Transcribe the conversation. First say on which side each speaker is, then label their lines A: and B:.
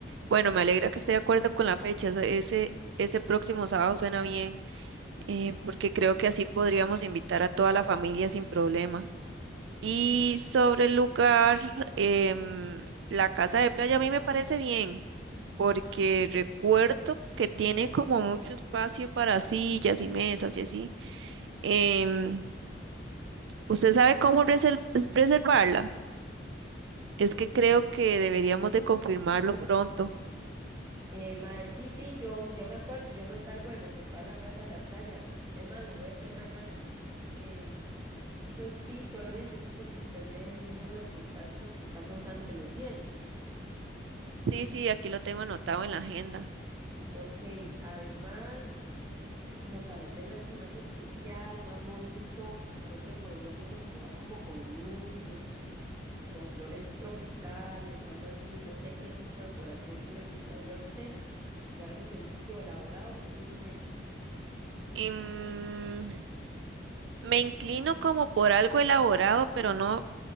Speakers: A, on the right; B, on the right.
A: Bueno, me alegra que esté de acuerdo con la fecha. Ese, ese, ese próximo sábado suena bien,
B: sí.
A: eh, porque creo que así podríamos invitar a toda la familia sin problema. Y sobre el lugar, em, la casa de playa a mí me parece bien, porque recuerdo que tiene como mucho espacio para sillas y mesas y así.
B: Sí.
A: Em, ¿usted sabe cómo resel- reservarla?
B: Mm,
A: Es que creo que deberíamos de confirmarlo pronto.
B: eh, mae, sí, sí, yo, yo me acuerdo, yo me encargo de reservar la casa de la playa. Es más, lo voy a hacer mañana. Em, so- sí, solo necesito que usted me dé el número de contacto que usamos antes, ¿lo tiene?
A: Sí, sí, aquí lo tengo anotado en la agenda.
B: Ok, además, como para hacerlo así más especial, más bonito, creo que podríamos decorar como con luces y, y con flores tropicales, algo así. No sé qué tipo de decoración le gustaría a usted, si algo sencillo, elaborado que tiene en mente.
A: Em, me inclino como por algo elaborado, pero no